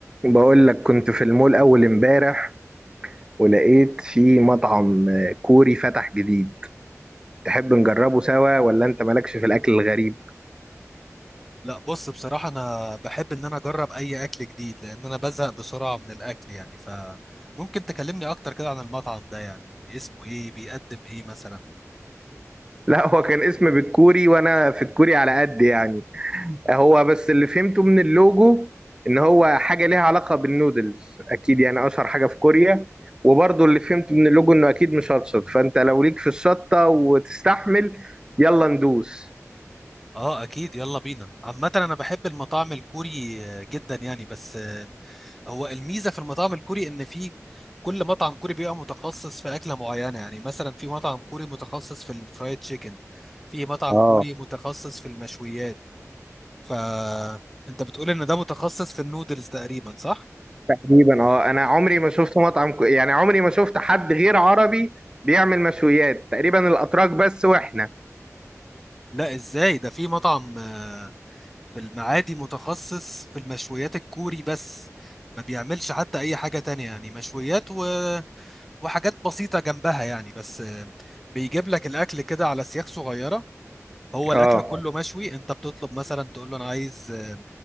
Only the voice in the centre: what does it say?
لا بص بصراحة أنا بحب إن أنا أجرب أي أكل جديد لأن أنا بزهق بسرعة من الأكل يعني فممكن تكلمني أكتر كده عن المطعم ده يعني اسمه إيه بيقدم إيه مثلا
آه أكيد يلا بينا عامة أنا بحب المطاعم الكوري آه، جدا يعني بس آه، هو الميزة في المطاعم الكوري إن في كل مطعم كوري بيبقى متخصص في أكلة معينة يعني مثلا في مطعم كوري متخصص في الفرايد تشيكن في مطعم
كوري متخصص في المشويات فأنت بتقول إن ده متخصص في النودلز تقريبا صح؟
لا ازاي ده في مطعم آه، في المعادي متخصص في المشويات الكوري بس ما بيعملش حتى اي حاجة تانية يعني مشويات و... وحاجات بسيطة جنبها يعني بس آه، بيجيب لك الاكل كده على سياخ صغيرة هو الاكل
كله مشوي انت بتطلب مثلا تقول له انا عايز آه،